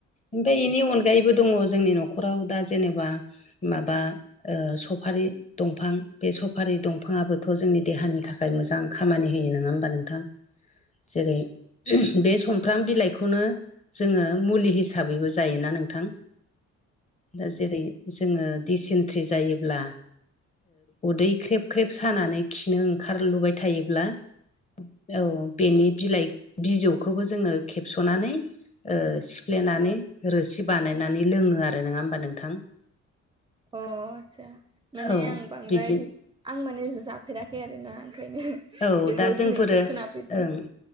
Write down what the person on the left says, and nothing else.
ओमफ्राय बेनि अनगायैबो दङ जोंनि न'खराव दा जेनेबा माबा ओ सफारि दंफां बे सफारि दंफाङाबोथ' जोंनि देहानि थाखाय मोजां खामानि होयो नङा होमबा नोंथां? जेरै बे समफ्राम बिलाइखौनो जोङो मुलि हिसाबैबो जायोना नोंथां? दा जेरै जोङो दिसेन्ट्रि जायोब्ला उदै ख्रेब ख्रेब सानानै खिनो ओंखारलुबाय थायोब्ला औ बेनि बिलाइ बिजौखौबो जोङो खेबस'नानै सिफ्लेनानै रोसि बानायनानै लोङो आरो नङा होमबा नोंथां?
औ
बिदि
औ
दा जोंफोरो
ओ